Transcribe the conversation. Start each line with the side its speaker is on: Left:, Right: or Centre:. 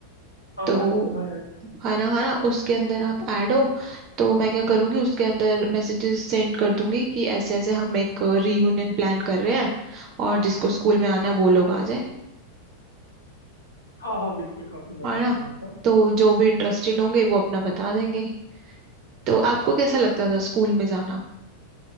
Left: हाँ
Right: तो
Left: हाँ सुना है
Right: है ना है ना उसके अंदर आप ऐड हो तो मैं क्या करूँगी उसके अंदर मैसेजेस सेंड कर दूंगी कि ऐसे ऐसे हम एक रीयूनियन प्लान कर रहे हैं और जिसको स्कूल में आना है वो लोग आ जाए
Left: हाँ हाँ बिल्कुल काफी बढ़िया
Right: है ना
Left: होगा ऐसा
Right: तो जो भी इंटरेस्टेड होंगे वो अपना बता देंगे तो आपको कैसा लगता था स्कूल में जाना